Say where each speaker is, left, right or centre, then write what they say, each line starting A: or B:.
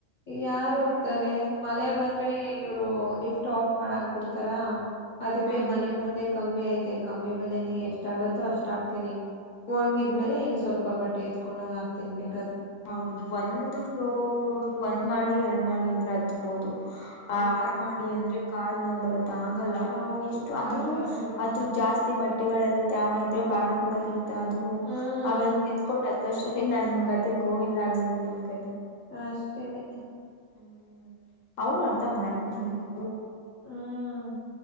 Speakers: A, on the left (about 50°); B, on the left (about 80°).
A: ಯಾರ್
B: ಹ್ಮ್
A: ಹೋಗ್ತಾರೆ
B: ಹ್ಮ್
A: ಮಳೆ ಬಂದ್ರೆ ಇವ್ರು ಲಿಫ್ಟ್ ಆಫ್ ಮಾಡಾಗ ಬಿಡ್ತಾರಾ. ಅದಕ್ಕೆ
B: ಹಾ
A: ಮನೆ ಮುಂದೆ ಕಮ್ಮಿ ಆಯತೆ ಕ ನಮ್ಮಿ ಮೇಲೆನೆ ಎಷ್ಟ ಆಗತ್ತೋ ಅಷ್ಟ ಆಗ್ತೀನಿ ಒಣ್ಗಿದ್ಮೇಲೆ
B: ಹ್ಮ್
A: ಇನ್ ಸ್ವಲ್ಪ ಬಟ್ಟೆ ಎದತ್ಕೊಂಡ್ ಹಾ ತಿನ್ಬೇಕು
B: ಹೌದು ಒಂದ್ ಫ್ಲೋರ್ ಒಂದ್ ಮಾಡಿ ಎರಡ್ ಮಾಡಿ ಅಂದ್ರೆ ಹತ್ಬೋದು ಆರ್ ಮಾಡಿ ಅಂದ್ರೆ ಕಾಲ್ ನ ಬರ್ ಆಗಲ್ಲ
A: ಹೌದು
B: ಎಷ್ಟು ಅದ
A: ಕಷ್ಟ ಆಗ್ಬಿಡುತ್ತೆ
B: ಅದು ಜಾಸ್ತಿ ಬಟ್ಟೆಗಳೆಲ್ಲ ತ್ಯಾವ ಇದ್ರೆ ಭಾರ ಕೂಡ ಇರುತ್ತೆ ಅದು
A: ಹ್ಮ್
B: ಅವೆಲ್ಲ ಎತ್ಕೊಂಡ್ ತಸ ಹ ನಾನ್ ಮಗ್ ಗೋವಿಂದ ಆಗ್ಗುಡ್ ನಿಮಕ
A: ಅಷ್ಟೇನೆ.
B: ಹ್ಮ್ ಅವ್ರು ಅರ್ಥಾ ಮಾಡ್ಕೋಂಬೇಕು.
A: ಹ್ಮ್